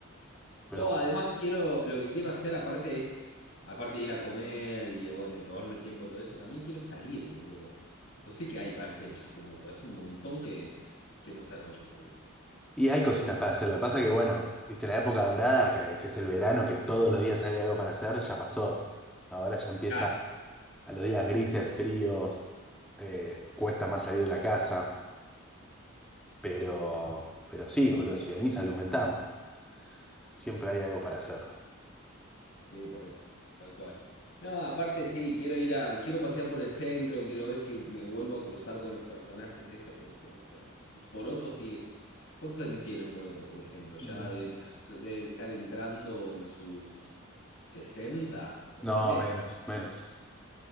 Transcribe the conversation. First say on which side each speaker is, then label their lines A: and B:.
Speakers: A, in the centre; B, on the left.
A: pero
B: No, además quiero, lo que quiero hacer aparte es, aparte de ir a comer y eh, bueno, y tomarme el tiempo todo eso, también quiero salir, boludo. No sé qué hay para hacer en Chascomús, pero hace un montón que, que no salgo en Chascomús.
A: Y hay cositas para hacer. Lo que pasa que, bueno, viste, la época dorada, que, que es el verano, que todos los días hay algo para hacer, ya pasó. Ahora ya empieza
B: Claro.
A: a los días grises, fríos, eh, cuesta más salir de la casa. Pero, pero sí, boludo, si venís, argumentamos. Siempre hay algo para hacer.
B: Sí, por eso, tal cual. No, aparte sí, quiero ir a, quiero pasear por el centro, quiero ver si me vuelvo a cruzar con los personajes estos que decíamos hoy. Poroto sí, es- ¿cuántos años tiene el Poroto, por ejemplo? Ya
A: Y-
B: debe, tener- debe estar entrando en sus 60 ponele.
A: No, menos, menos.